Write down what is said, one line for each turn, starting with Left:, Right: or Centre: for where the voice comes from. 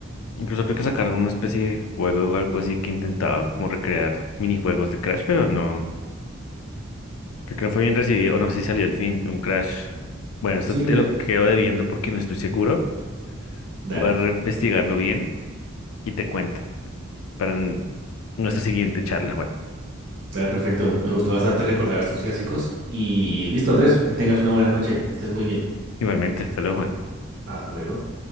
Left: Incluso creo que sacaron una especie de juego o algo así que intentaba como recrear minijuegos de Crash, pero no. Creo que no fue bien recibido, o no sé si salió el fin, un crash. Bueno, eso
Right: Sí,
Left: te
Right: que...
Left: lo quedo debiendo porque no estoy seguro.
Right: dale,
Left: Voy a re- investigarlo bien y te cuento para n- nuestra siguiente charla, Juan.
Right: dale, perfecto. Me gustó bastante recordar estos clásicos. Y listo, Andrés, que tengas una buena noche. Estés muy bien.
Left: Igualmente, hasta luego, Juan.
Right: Hasta luego.